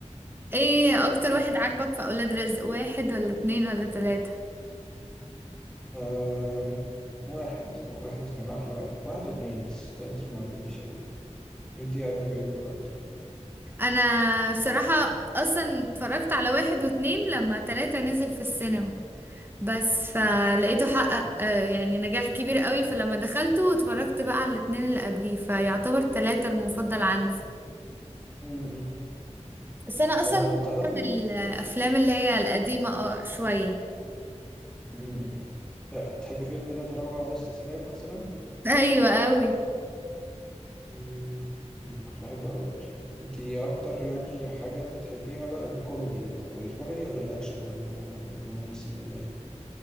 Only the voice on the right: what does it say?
ايه اكتر واحد عاجبك في اولاد رزق واحد ولا اتنين ولا تلاتة
انا بصراحة اصلا اتفرجت على واحد واتنين لما تلاتة نزل في السينما بس فلقيته حقق آه، يعني نجاح كبير قوي فلما دخلته اتفرجت بقى على الاتنين اللي قبليه فيعتبر تلاتة المفضل عندي
بس انا اصلا
من الافلام اللي هي القديمة اه شوية
<laughs> ايوه قوي